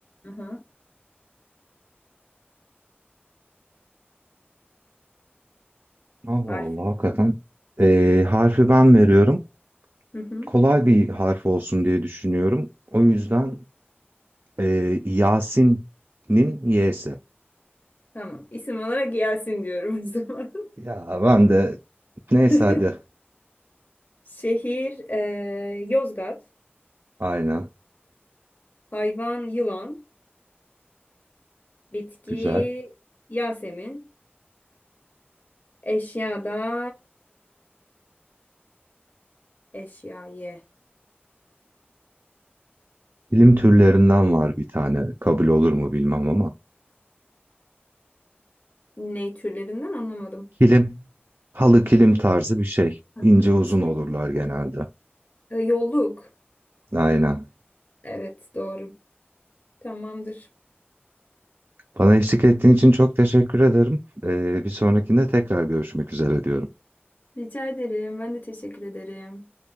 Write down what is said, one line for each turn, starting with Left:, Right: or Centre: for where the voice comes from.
Left: Hı hı.
Right: Allah
Left: Harf.
Right: Allah hakikaten. Ee, harfi ben veriyorum.
Left: Hı hı.
Right: Kolay bir harf olsun diye düşünüyorum. O yüzden ee, Yasin'in Y'si.
Left: Tamam. İsim olarak Yasin diyorum o zaman.
Right: Ya ben de Neyse
Left: <laughs>
Right: hadi.
Left: Şehir eee, Yozgat.
Right: Aynen.
Left: Hayvan yılan. Bitki
Right: Güzel.
Left: Yasemin. Eşyada e, eşya ye.
Right: Kilim türlerinden var bir tane. Kabul olur mu bilmem ama.
Left: Ne türlerinden anlamadım.
Right: Kilim. Halı kilim tarzı bir şey.
Left: Ha,
Right: İnce uzun
Left: Şey,
Right: olurlar genelde.
Left: e, yolluk.
Right: Aynen.
Left: Evet doğru. Tamamdır.
Right: Bana eşlik ettiğin için çok teşekkür ederim. Ee, bir sonrakinde tekrar görüşmek üzere diyorum.
Left: Rica ederim. Ben de teşekkür ederim.